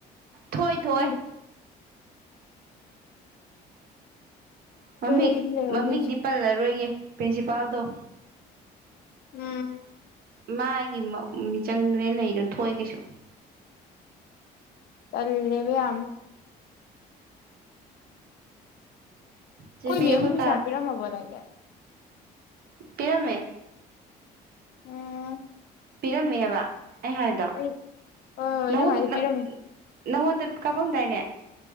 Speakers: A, on the right; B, on the left.
A: ꯊꯣꯏ ꯊꯣꯏ
B: ꯅꯦꯪ
A: ꯃꯃꯤꯡ
B: ꯑꯩꯗꯤ ꯂꯩꯍꯧꯗꯣꯏꯁꯦ
A: ꯃꯃꯤꯡꯗꯤ ꯄꯜꯂꯔꯣꯏꯒꯦ ꯄ꯭ꯔꯤꯟꯁꯤꯄꯥꯜꯗꯣ
B: ꯎꯝ
A: ꯃꯥꯒꯤ ꯃꯤꯆꯪꯗꯅꯦ ꯂꯩꯗ ꯊꯣꯛꯑꯦ ꯀꯩꯁꯨ
B: ꯀꯂꯦꯕ ꯌꯥꯝꯌꯥꯝ
A: ꯆꯦ
B: ꯀꯣꯏ
A: ꯄꯤ
B: ꯃꯦꯝꯃꯒꯤ
A: ꯑꯩꯈꯣꯏ
B: ꯃꯤꯁꯥꯄꯤꯤꯔ
A: ꯀꯥ
B: ꯃꯕꯅ ꯂꯦ
A: ꯄꯤꯔꯃꯦ
B: ꯎꯝ
A: ꯄꯤꯔꯝꯃꯦꯕ ꯑꯦ ꯍꯥꯏꯗ
B: ꯑꯩ ꯍꯣꯏ ꯍꯣꯏ
A: ꯅ
B: ꯅꯪ ꯍꯥꯏꯗꯣ
A: ꯅ
B: ꯄꯤꯔꯝꯃꯦ
A: ꯅꯪꯉꯣꯟꯗ ꯀꯥꯞꯄꯝꯗꯥꯏꯅꯦ